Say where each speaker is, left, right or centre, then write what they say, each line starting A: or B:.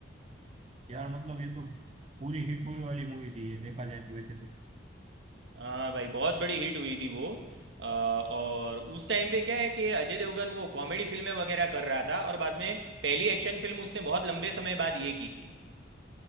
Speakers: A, on the right; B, on the right.
A: यार मतलब ये तो पूरी हिट हुई वाली मूवी थी ये देखा जाए तो वैसे तो
B: हाँ भाई बहुत बड़ी हिट हुई थी वो अ, और उस टाइम पे क्या है कि अजय देवगन वो कॉमेडी फिल्में वगैरह कर रहा था और बाद में पहली एक्शन फिल्म उसने बहुत लंबे समय बाद ये की थी